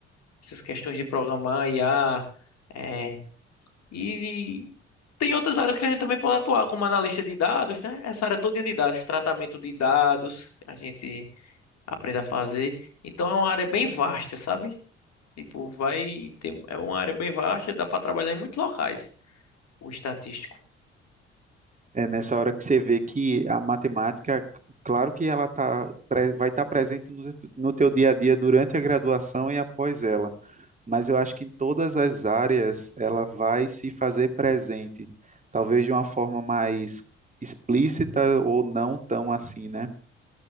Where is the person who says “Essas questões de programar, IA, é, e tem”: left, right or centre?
Left